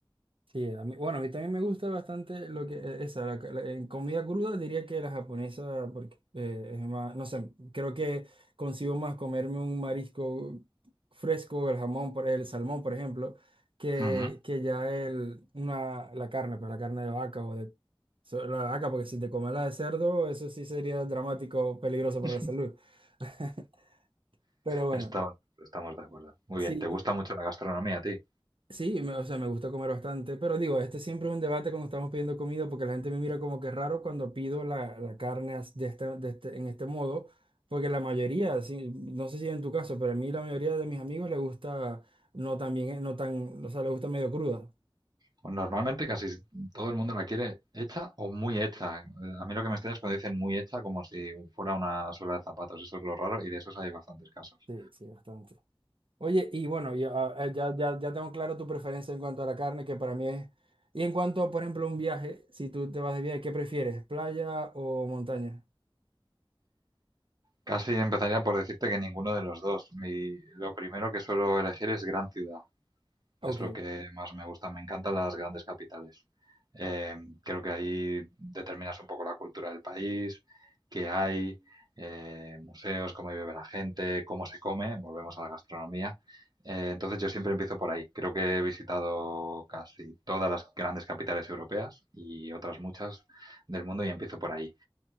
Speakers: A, on the right; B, on the right.
A: Sí, a mí- bueno, a mí también me gusta bastante lo que eh, esa, la- la- en comida cruda diría que la japonesa, porque eh, es más, no sé, creo que consigo más comerme un marisco fresco, el jamón, por- el salmón, por ejemplo, que,
B: Ujú.
A: que ya el, una, la carne, pues la carne de vaca o de so- la vaca, porque si te comes la de cerdo, eso sí sería dramático, peligroso
B: <laughs>
A: para la salud. <laughs> Pero bueno,
B: Estamos, estamos de acuerdo. Muy
A: sí,
B: bien, ¿te gusta mucho la gastronomía a ti?
A: Sí, me- o sea, me gusta comer bastante, pero digo, este siempre es un debate cuando estamos pidiendo comida porque la gente me mira como que raro cuando pido la, la carne as- de este, de este- en este modo, porque la mayoría, sí, no sé si en tu caso, pero a mí la mayoría de mis amigos le gusta no tan bien, no tan, o sea, le gusta medio cruda.
B: Pues normalmente casi todo el mundo la quiere hecha o muy hecha. Eh, A mí lo que me extraña es cuando dicen muy hecha como si fuera una suela de zapatos. Eso es lo raro y de esos hay bastantes casos.
A: Sí, sí, bastante. Oye, y bueno, ya, ah, eh, ya, ya, ya tengo claro tu preferencia en cuanto a la carne, que para mí es... Y en cuanto a, por ejemplo, un viaje, si tú te vas de viaje, ¿qué prefieres? ¿Playa o montaña?
B: Casi empezaría por decirte que ninguno de los dos. Mi, lo primero que suelo elegir es gran ciudad.
A: Ok.
B: Es lo que más me gusta. Me encantan las grandes capitales. Eh, creo que ahí determinas un poco la cultura del país, qué hay, eh, museos, cómo vive la gente, cómo se come. Volvemos a la gastronomía. Eh, entonces yo siempre empiezo por ahí. Creo que he visitado casi todas las grandes capitales europeas y otras muchas del mundo y empiezo por ahí.